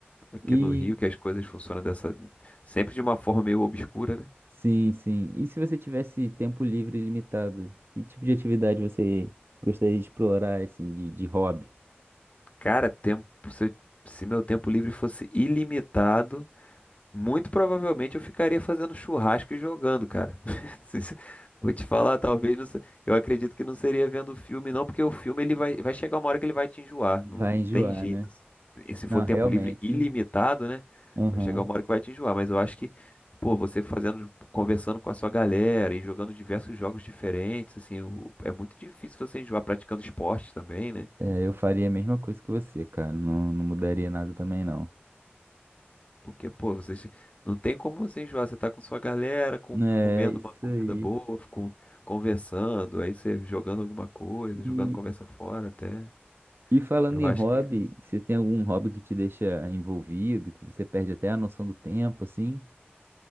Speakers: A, on the left; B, on the right.
A: aqui
B: E
A: no Rio que as coisas funcionam dessa sempre de uma forma meio obscura, né?
B: sim, sim. E se você tivesse tempo livre ilimitado, que tipo de atividade você gostaria de explorar assim de, de hobby?
A: Cara, tempo, se, eu- se meu tempo livre fosse ilimitado Muito provavelmente eu ficaria fazendo churrasco e jogando, cara. <laughs> Se- se- Vou te falar, talvez não se- eu acredito que não seria vendo o filme, não, porque o filme ele vai, vai chegar uma hora que ele vai te enjoar.
B: Vai
A: Não, não
B: enjoar,
A: tem jeito.
B: né?
A: assim. E se for
B: Não,
A: tempo
B: realmente.
A: livre ilimitado, né?
B: Uhum.
A: Vai chegar uma hora que vai te enjoar. Mas eu acho que, pô, você fazendo, conversando com a sua galera e jogando diversos jogos diferentes, assim, o- é muito difícil você enjoar praticando esporte também, né?
B: É, eu faria a mesma coisa que você, cara. Não, não mudaria nada também, não.
A: Porque, pô, vocês não tem como você enjoar. Você tá com sua galera, com-
B: É,
A: comendo
B: isso
A: uma comida
B: aí.
A: boa, com- conversando, aí você jogando alguma coisa,
B: E,
A: jogando conversa fora até.
B: e falando
A: Eu
B: em
A: acho
B: hobby,
A: que eles.
B: você tem algum hobby que te deixa envolvido, que você perde até a noção do tempo, assim?